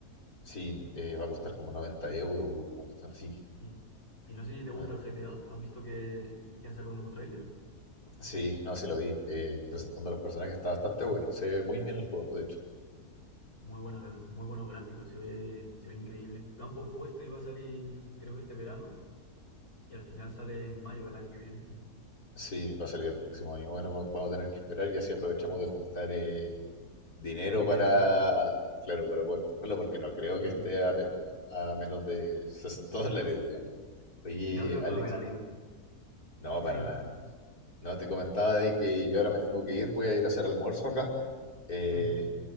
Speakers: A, on the left; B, on the left.
A: sí, eh, va a costar como noventa euros, una cuestión así.
B: Mm. Y no sé si te gusta
A: 90.
B: el GTA, ¿has visto que, que han sacado un nuevo tráiler?
A: Sí, no, sí lo vi. eh, presentando a los personajes está bastante bueno. Se ve muy bien el juego, de hecho.
B: Muy buena, muy buenos gráficos, se ve, se ve increíble. Lo han pospuesto y va a salir, creo que este verano, y al final sale en mayo del año que viene.
A: Sí, va a salir el próximo año. Bueno, va- vamos a tener que esperar y así aprovechamos de juntar eh, dinero
B: El dinero.
A: para, claro, para poder comprarla, porque no creo
B: Sí,
A: que esté
B: sí.
A: a, me- a menos de 60 dólares, digamos. Oye,
B: No creo
A: Alex,
B: que lo regalen.
A: no,
B: Sí.
A: para nada. No, te comentaba de que yo ahora me tengo que ir, voy a ir a hacer almuerzo acá. eh,
B: Ujú.